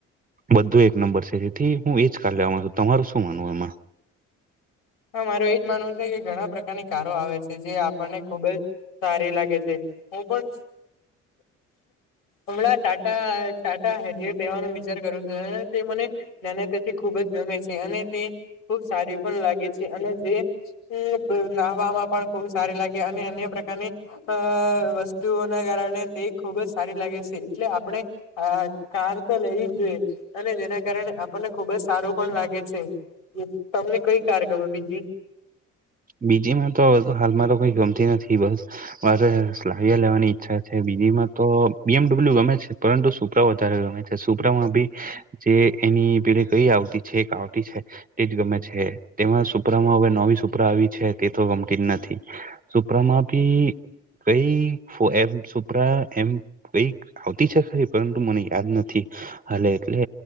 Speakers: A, on the right; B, on the left.
A: બધું એક નંબર છે, જેથી હું એ જ કારલેેવા છું, તમારું શું માનવું એમાં?
B: હા મારું એજ માનવું છે કે ઘણા પ્રકારની કારો આવે છે જે આપણને ખુબ જ સારી લાગે છે હું પણ હમણાં ટાટા ટાટા હેરિયર લેવાનો વિચાર કરું છું તે મને અને તેથી ખૂબ જ ગમે છે, અને તે ખુબ સારી પણ લાગે છે, અને જે એ નાહવામાં પણ ખુબ સારી લાગે અને અન્ય પ્રકારની અ વસ્તુઓના કારણે તે ખુબ જ સારી લાગે છે, એટલે આપણે હા કાર તો લઈ જોઈએ અને જેના કારણે આપણને ખુબ જ સારું પણ લાગે છે. એ તમને કઈ કાર ગમે બીજી?
A: બીજી માં તો હાલમાં તો કઈ ગમતી નથી બસ મારે સ્લાવિયા લેવાની ઈચ્છા છે બીજી માં તો બી એમડબલ્યુ ગમે છે. પરંતુ સુપરા વધારે ગમે છે, સુપરામાં બી જે એની પેરે કઈ આવતી છે, એક આવતી છે, તેજ ગમે છે, તેમાં સુપ્રામાં હવે નવી સુ પરા આવી છે, તે તો ગમતી જ નથી સુપરામાં ભી કઈ એમ સુપરા એમ કઈ આવતી છે, ખરી પરંતુ મને યાદ નથી હાલે એટલે